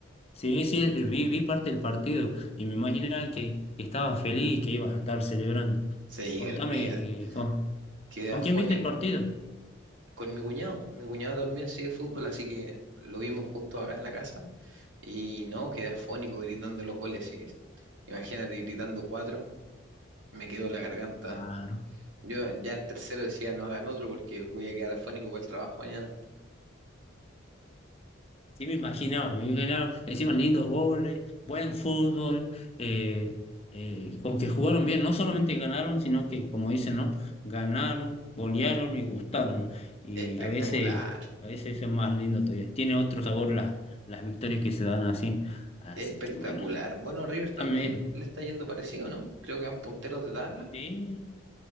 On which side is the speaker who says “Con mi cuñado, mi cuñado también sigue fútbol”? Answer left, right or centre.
Right